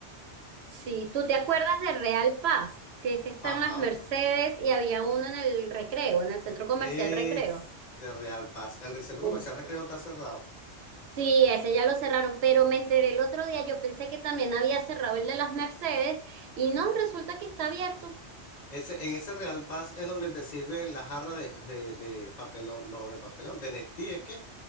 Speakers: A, on the right; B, on the left.
A: Sí, ¿tú te acuerdas de Real Paz? Que ese está
B: Ajá.
A: en las Mercedes y había uno en el Recreo, en el centro comercial
B: Es
A: Recreo.
B: de Real Paz. El del centro
A: Uf,
B: comercial Recreo está cerrado.
A: sí, ese ya lo cerraron, pero me enteré el otro día, yo pensé que también había cerrado el de las Mercedes y no, resulta que está abierto.
B: Ese, en ese Real Paz es donde te sirven la jarra de, de, de papelón, no, de papelón, de Nestí, ¿es que?